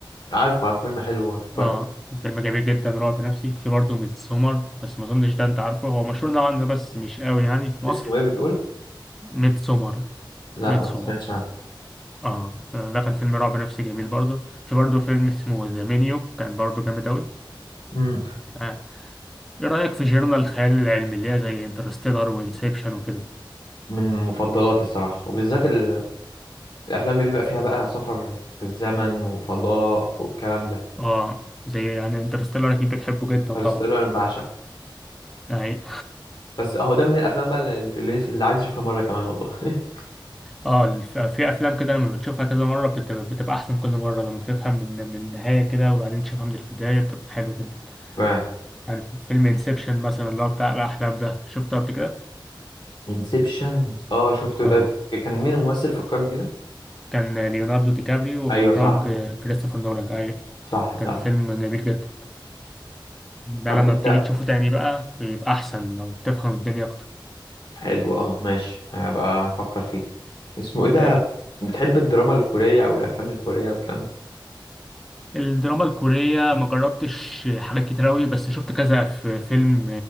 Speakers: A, on the left (about 60°); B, in the centre.
A: عارفه عارف فيلم حلو برضه كويس
B: اه فيلم جميل جدا رعب نفسي في برضه ميت سومر بس ما اظنش ده انت عارفه هو مشهور نوعا ما بس مش قوي يعني في مصر
A: اسمه ايه بتقول
B: ميت سومر
A: لا
B: ميت
A: ما
B: سومر
A: سمعتش عنه
B: اه ده كان فيلم رعب نفسي جميل برضه في برضه فيلم اسمه ذا مينيو كان برضه جامد اوي
A: مم.
B: آه، ايه رأيك في جيرنا الخيال العلمي اللي هي زي انترستيلر وانسبشن وكده
A: من مفضلاتي الصراحه وبالذات ال- الافلام اللي بيبقى فيها بقى سفر في الزمن وفضاء والكلام ده
B: اه زي يعني انترستيلر اكيد بتحبه جدا
A: انترستيلر
B: طبعا
A: بعشق
B: يعني
A: بس اهو ده من الافلام بقى اللي, اللي اللي عايز اشوفها مره كمان والله <laughs>
B: اه الف- في افلام كده لما بتشوفها كذا مرة بتبقى, بتبقى احسن كل مرة لما بتفهم من من النهاية كده وبعدين تشوفها من البداية بتبقى حلو جدا
A: فعلا
B: يعني في فيلم انسبشن مثلا اللي هو بتاع الاحلام ده شفته قبل كده
A: انسبشن اه شفته
B: اه
A: ده كان مين
B: اه
A: الممثل فكرني كده
B: كان ليوناردو دي كابريو
A: ايوه
B: واخراج
A: صح
B: آه، كريستوفر نولان اي
A: صح
B: كان
A: صح
B: فيلم جميل جدا ده
A: طب
B: لما
A: انت
B: بتيجي تشوفه تاني بقى بيبقى احسن لو بتفهم الدنيا اكتر
A: حلو اه ماشي هبقى افكر فيه اسمه ايه ده
B: أي.
A: بتحب الدراما الكوريه او الافلام الكوريه والكلام
B: الدراما الكورية ما جربتش حاجات كتير أوي بس شفت كذا في فيلم